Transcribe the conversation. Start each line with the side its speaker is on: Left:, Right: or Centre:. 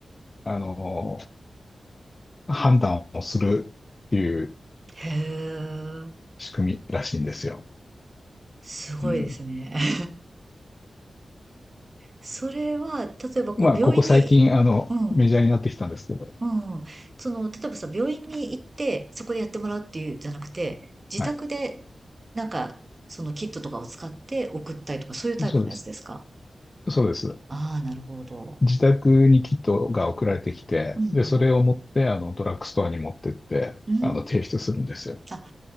Left: あの、判断をするっていう
Right: へえ。
Left: 仕組みらしいんですよ。
Right: すごいですね。
Left: うん。
Right: <laughs> それは、例えばこう、
Left: まあ、
Right: 病院に、
Left: ここ最近、あの、
Right: うん。
Left: メジャーになってきたんですけど、
Right: うん。その、例えばさ、病院に行って、そこでやってもらうっていうんじゃなくて、自宅で、
Left: はい。
Right: なんか、そのキットとかを使って送ったりとか、そういうタイプのやつですか
Left: そうです。そうです。
Right: ああー、なるほど。
Left: 自宅にキットが送られてきて、
Right: うん
Left: で、それを持って、あの、ドラッグストアに持ってって、
Right: うん。うー
Left: あの、提出するんですよ。
Right: ん。あ、